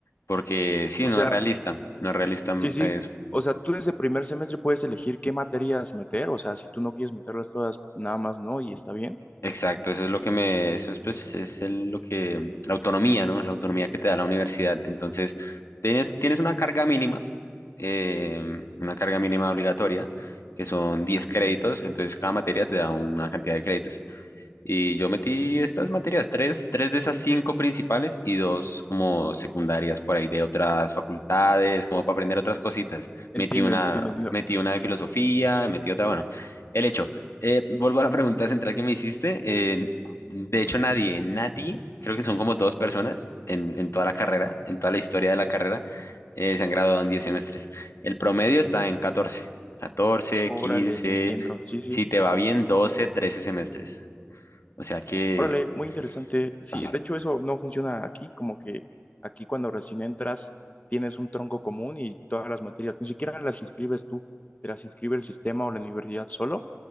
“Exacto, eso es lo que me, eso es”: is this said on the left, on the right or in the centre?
Left